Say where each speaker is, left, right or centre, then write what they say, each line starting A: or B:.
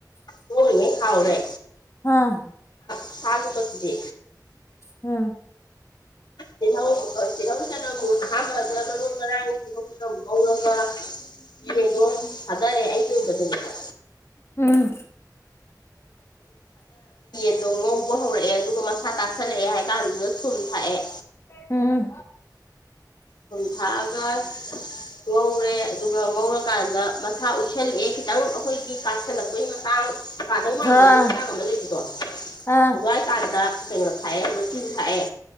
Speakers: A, on the left; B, on the left.
A: ꯂꯧꯧꯔꯤꯉꯦ ꯍꯥꯎꯔꯦ
B: ꯑꯝ
A: ꯍꯥꯏꯨꯒꯠꯇꯗꯤꯗꯤ
B: ꯎꯝ
A: ꯇꯤꯜꯍꯧ ꯇꯤꯜꯍꯧꯗꯅ ꯑꯍꯥꯟꯕꯗ ꯃꯔꯨ ꯃꯔꯥꯡ ꯇꯤꯜꯍꯧꯗꯅ ꯉꯧꯔꯒ ꯀꯩꯅꯣ ꯇꯔꯦ ꯍꯥꯏ ꯀꯕ ꯇꯅꯤꯀ
B: ꯎꯝ
A: ꯑꯗꯨꯣ ꯉꯧꯕ ꯍꯧꯔꯛꯑꯦ ꯑꯗꯨꯒ ꯁꯥ ꯇꯥꯁꯜꯂꯛꯑꯦ ꯍꯥꯏ ꯀꯥꯟꯗꯨꯗ ꯊꯨꯝ ꯊꯥꯛꯑꯦ
B: ꯎꯝ
A: ꯊꯨꯝ ꯊꯥꯛꯑꯒ ꯉꯧꯔꯦ ꯑꯗꯨꯒ ꯉꯧꯔꯀꯥꯟꯗ ꯃꯁꯥ ꯎ ꯍꯦꯜꯂꯛꯑꯦ ꯈꯤꯇꯪ ꯑꯩꯈꯣꯏꯒꯤ ꯀꯥꯁꯜꯂꯛꯄꯒꯤ ꯃꯇꯥꯡ ꯄꯥꯗꯧ ꯃꯥꯡꯥꯟꯕꯒꯤ
B: ꯑꯥ
A: ꯃꯇꯥꯡ ꯑꯃ ꯂꯩꯕꯗꯣ
B: ꯑꯥ
A: ꯑꯗꯨꯋꯥꯏ ꯀꯥꯟꯗ ꯩꯅ ꯈꯥꯏꯌꯦ ꯃ ꯈꯥꯏꯌꯦ